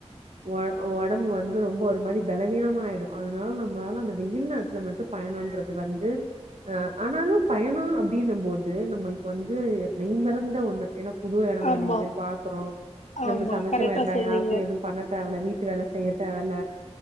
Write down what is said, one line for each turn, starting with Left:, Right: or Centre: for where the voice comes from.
Right: ஒ ஒடம்பு வந்து ரொம்ப ஒரு மாரி பலவீனமா ஆயிடு அதனால நம்மளால அந்த வெயில் நேரத்துல மட்டும் பயனோன்றது வந்து அ ஆனாலு பயணம் அப்டின்னு போது நம்மளுக்கு வந்து மெய்மறந்த ஒன்னு ஏன்னா புது இடங்கள
Left: ஆமா
Right: நம்ப போய் பாக்குறோம் நம்ம
Left: ஆமா
Right: சமைக்க
Left: கரெக்டா
Right: வேண்டா
Left: சொன்னீங்க
Right: யாருக்கும் எதுவு பண்ண தேவல்ல வீட்டு வேல செய்ய தேவல்ல